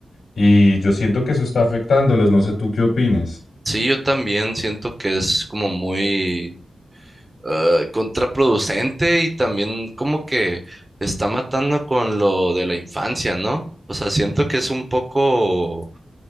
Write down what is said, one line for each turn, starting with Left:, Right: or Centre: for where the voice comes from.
Left: Y yo siento que eso está afectándolos. No sé tú qué opines.
Right: Sí, yo también siento que es como muy eh, contraproducente y también como que está matando con lo de la infancia, ¿no? O sea, siento que es un poco